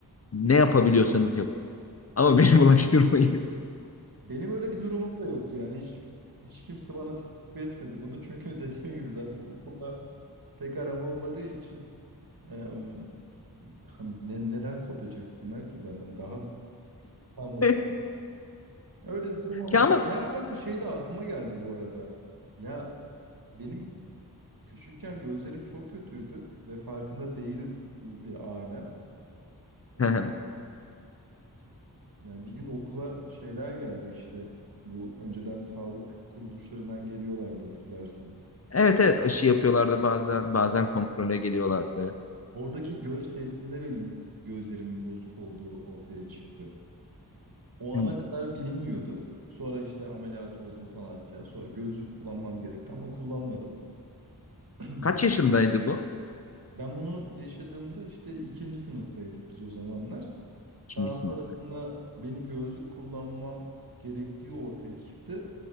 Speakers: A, on the left (about 40°); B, on the right (about 65°).
A: Ne yapabiliyorsanız yapın. Ama beni <laughs> bulaştırmayın.
B: benim öyle bir durumum da yoktu yani hiç hiç kimse bana teklif etmedi bunu çünkü <laughs> dediğim gibi zaten okulda pek aram olmadığı için em, hani ne, neden kopya çeksinler ki benden daha almak
A: <laughs>
B: için. Öyle bir durum olmadı.
A: Ya ama...
B: Diğer tarafta şey de aklıma geldi bu arada. Ya benim küçükken gözlerim çok kötüydü ve farkında değildi ailem. Ee,
A: Hı. <laughs>
B: yani bir gün okula şeyler geldi işte. Bu önceden sağlık kuruluşlarından geliyorlardı hatırlarsın.
A: Evet evet aşı yapıyorlardı bazen. Bazen kontrole geliyorlardı.
B: Oradaki göz testinde benim gözlerimin bozuk olduğu ortaya çıktı. O
A: Yuh.
B: ana kadar bilinmiyordu. Sonra işte ameliyat oldum falan filan. Sonra gözlük kullanmam gerekti ama kullanmadım. <clears throat>
A: Kaç yaşındaydı bu?
B: Ben bunu yaşadığımda işte ikinci sınıftaydık biz o zamanlar.
A: İkinci
B: Daha
A: sınıf.
B: sonrasında benim gözlük kullanmam gerektiği ortaya çıktı.